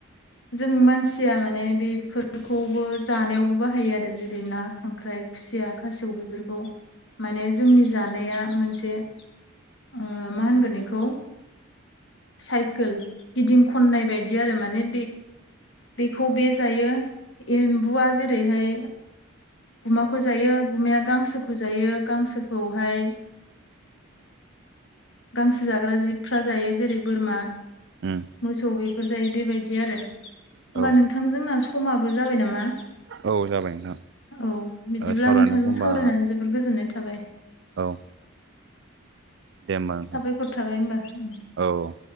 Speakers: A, on the left; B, on the right.
A: जों मानसिया माने बेफोरखौबो जानायावबो बाहायो आरो जेरै ना खांख्राइ। खुसिया खासेव बेफोरखौ माने जोंनि जानाया मोनसे मा होनगोन बेखौ साइकेल गिदिं खननाय बायदि बि आरो मने बे बेखौ बे जायो एम्बुआ जे ओरैहाय गुमाखौ जायो गुमया गांसोखौ फुजायो गांसोखौहाय गांसो जाग्रा जिब फ्रा जायो जेरै बोरमा।
B: उम
A: मोसौ बेफोर जायो बेबायदि आरो होमबा
B: औ
A: नोंथां जोंना समाबो जाबाय नामा?
B: औ जाबाय नोंथां
A: औ बिदिब्ला
B: सावरायनायखौ
A: नोंथांजों
B: होमबा
A: सावरायनानै जोबोर गोजोननाय थाबाय।
B: औ दे होमबा नोंथां
A: साबायखर थाबाय होमबा उम।
B: औ